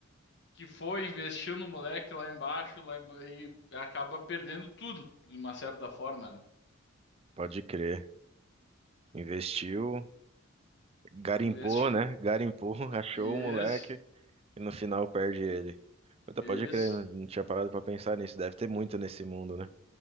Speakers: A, on the left (about 60°); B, on the right (about 30°).
A: que foi, investiu no moleque lá embaixo, lá emba- e acaba perdendo tudo, de uma certa forma, né?
B: Pode crer. Investiu, garimpou,
A: Investiu.
B: né? Garimpou, <laughs> achou
A: Isso,
B: o moleque e no final perde ele. Puta,
A: isso.
B: pode crer, não não tinha parado pra pensar nisso. Deve ter muito nesse mundo, né?